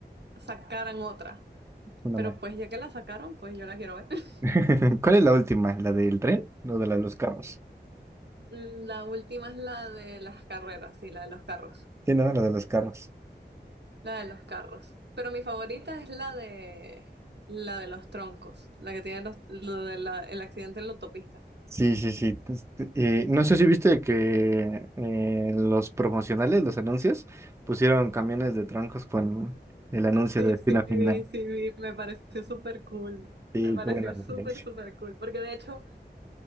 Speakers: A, on the right (about 70°); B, on the right (about 15°).
A: sacaran otra.
B: una
A: Pero
B: más.
A: pues ya que la sacaron, pues yo la quiero ver. <laughs>
B: <laughs> ¿Cuál es la última? ¿La del tren? ¿O de la de los carros?
A: Mm, La última es la de las carreras, sí, la de los carros.
B: Sí, ¿no? Lo de los carros.
A: La de los carros. Pero mi favorita es la de la de los troncos, la que tiene los- lo de la- el accidente en la autopista.
B: Sí, sí, sí. Tes- eh, no sé si viste que eh, los promocionales, los anuncios, pusieron camiones de troncos con el anuncio
A: Sí,
B: de Destino
A: sí,
B: Final.
A: vi, sí, vi, me pareció súper cool.
B: Sí,
A: Me pareció
B: qué buena referencia.
A: súper, súper cool. Porque de hecho,